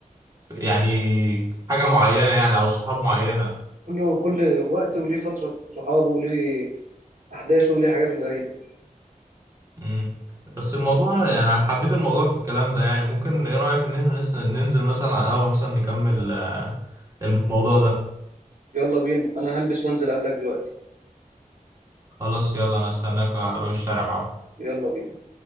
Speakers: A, on the right; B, on the right.
A: ف- يعني حاجة معينة يعني أو صحاب معينة
B: كل كل وقت وليه فترة صحابه وليه أحداثه وليه حاجاته الغريبة
A: مم. بس الموضوع يعني أنا حبيت الموضوع في الكلام ده يعني ممكن إيه رأيك إن إحنا نس- ننزل مثلا على القهوة مثلا نكمل آه، الموضوع ده
B: يلا بينا أنا هلبس وأنزل أقابلك دلوقتي
A: خلاص يلا أنا هستناك على باب الشارع أهو
B: يلا بينا